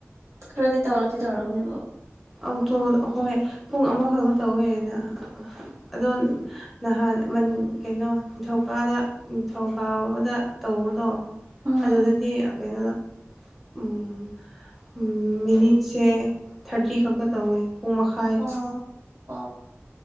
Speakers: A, on the right; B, in the centre.
A: ꯈꯔꯗꯤ ꯇꯧꯔꯗꯤ ꯇꯧꯔꯝꯒꯅꯤꯕꯣ
B: ꯑꯧꯇꯣ ꯍꯣꯏ ꯄꯨꯡ ꯑꯃꯈꯛꯇ ꯇꯧꯋꯦꯅ ꯑꯗꯣ ꯅꯍꯥꯟ ꯃꯟ ꯀꯩꯅꯣ ꯅꯤꯡꯊꯧꯀꯥꯗ ꯅꯤꯡꯊꯧꯀꯥꯕꯗ ꯇꯧꯕꯗꯣ
A: ꯎꯝ
B: ꯑꯗꯨꯗꯗꯤ ꯑ ꯀꯩꯅꯣ ꯎꯝ ꯎꯝ ꯃꯤꯅꯤꯠꯁꯦ ꯀꯤ ꯈꯛꯄ ꯇꯧꯌꯦ ꯄꯨꯡꯃꯈꯥ
A: ꯑꯣ ꯑꯣ